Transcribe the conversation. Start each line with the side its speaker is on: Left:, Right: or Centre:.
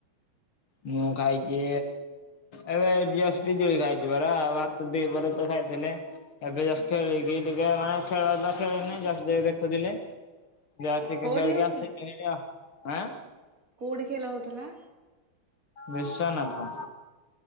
Left: ମୁଁ ଖାଇଛି ଏବେ ବିଅଷ୍ଟି ଖାଇଛି ପରା ଭା <unintelligible> ଖାଇଥିଲେ ଏବେ ଜଷ୍ଟ
Right: ହୁଁ
Left: ଖେଳିକି ଟିକେ ମାନେ ଖେଳ ଖେଳିନି ଜ ଯ ଦେଖୁଥିଲେ। <unintelligible>
Right: କୋଉଠି ହଉଥିଲା
Left: ଆଁ
Right: କୋଉଠି ଖେଲ ହଉଥିଲା?
Left: ବିଶ୍ଵନାଥ